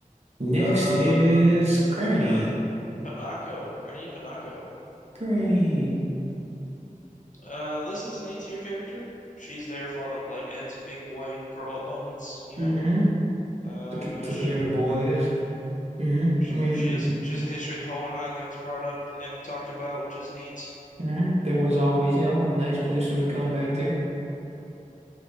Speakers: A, on the right (about 50°); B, on the left (about 65°).
A: Next
B: Uh,
A: is Granny.
B: put Panako, Granny Panako.
A: Granny.
B: Uh, this is an A tier character. She's there for a lot of like Ed's big boy grow up moments, you
A: hmm
B: know. Uh,
A: Took, took
B: she,
A: care of the boys. hmm
B: she,
A: I mean,
B: she has she has a history with Hohenheim that gets brought up and talked about, which is neat.
A: mhm. There was always, you know, a nice place for them to come back to.